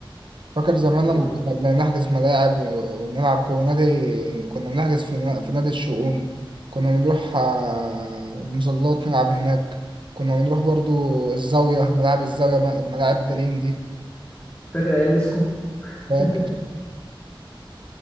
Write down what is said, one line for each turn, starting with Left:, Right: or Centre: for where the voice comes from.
Right: فاكر زمان
Left: يلا
Right: لما كنا بنحجز ملاعب و- ونلعب كورة نادي كنا بنحجز في نا- في نادي الشؤون كنا بنروح آه، مظلات نلعب هناك كنا بنروح برضو الزاوية ملاعب الزاوية م- ملاعب دريم دي
Left: فاكر ايام اسكو
Right: فاكر
Left: <laughs>